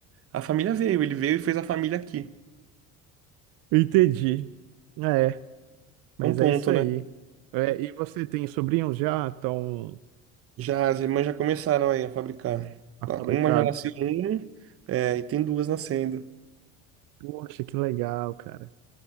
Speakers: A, on the right (about 40°); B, on the right (about 70°).
A: A família veio, ele veio e fez a família aqui.
B: entendi. É, mas
A: É um ponto,
B: é isso aí.
A: né?
B: É, e você tem sobrinhos já? Estão
A: Já as irmãs já começaram aí a fabricar. Tá,
B: fabricados?
A: Uma já nasceu um, é, e tem duas nascendo.
B: Poxa, que legal, cara.